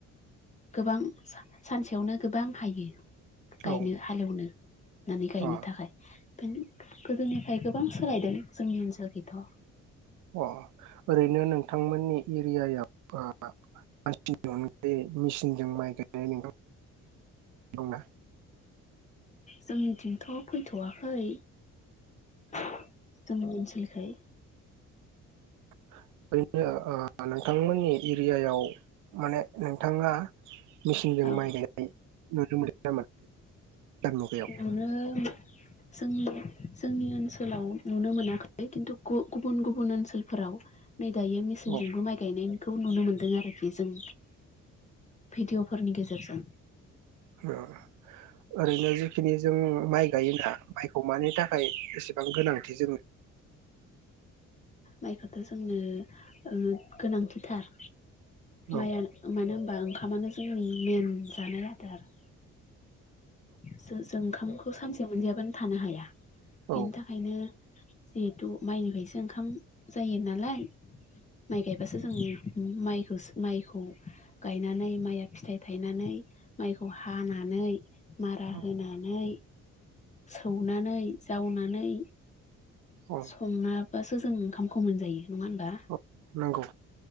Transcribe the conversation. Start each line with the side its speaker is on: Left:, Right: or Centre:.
Left: गोबां सानसेयावनो गोबां हायो। गायनो
Right: औ
Left: हालेवनो होननानै गायनो
Right: अ
Left: थाखाय गोदोनिफ्राय गोबां सोलायदों जोंनि ओनसोलखि थ'
Right: अ ओरैनो नोंथांमोननि एरियायाव <unintelligible> मेसिनजों माइ गायनाय
Left: <inaudible>
Right: दंदा।
Left: जोंनिथिंथ' फैथ'वाखै जोंनि मोनथियिखाय
Right: <unintelligible> नोंथांमोननि एरियायाव माने नोंथाङा मेचिनजों
Left: औ
Right: माइ गाय नुनो मोनो नामा? गोदान मुगायाव
Left: नुनो जोंनि जोंनि ओनसोलाव नुनो मोनाखै किन्टु गुबुन गुबुन ओनसोलफोराव नै दायो मेसिनजोंबो
Right: औ
Left: माइ गायनायखौ नुनो मोन्दों आरोखि जों। भिडिअ'फोरनि गेजेरजों
Right: औ ओरैनो जिखिनि जों माइ गायोना माइखौ मानि था थाखाय एसेबां गोनांथि जोङो
Left: माइखौथ' जोंनो ओ गोनांथिथार
Right: औ
Left: माइआ मानो होनबा ओंखामानो जोंनि मेन जानाय आदार। जो जों ओंखामखौ सानसे मोनजायाबानो थानो हाया
Right: औ
Left: बेनि थाखायनो जिहेथु माइनिफ्रायसो ओंखाम जायो नालाय माइ गायबासो जों माइ सो माइखौ गायनानै माइया फिथाइ थायनानै माइखौ हानानै मारा
Right: औ
Left: होनानै सौनानै जावनानै
Right: औ
Left: संनाबासो जों ओंखामखौ मोनजायो नङा होनबा
Right: औ नंगौ